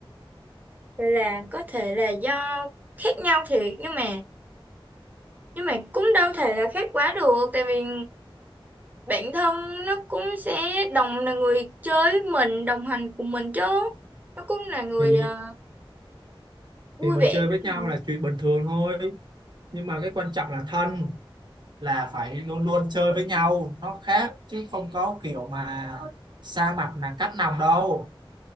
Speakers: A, on the right; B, on the right.
A: vậy là có thể là do khác nhau thiệt nhưng mà nhưng mà cũng đâu thể là khác quá được tại vì bạn thân nó cũng sẽ đồng là người chơi với mình đồng hành cùng mình chứ nó cũng là người
B: thì
A: ờ, vui
B: thì mình
A: vẻ
B: chơi
A: với
B: với
A: mình
B: nhau là chuyện bình thường thôi nhưng mà cái quan trọng là thân là phải luôn luôn chơi với nhau nó khác chứ không có kiểu mà xa mặt là cắt lòng đâu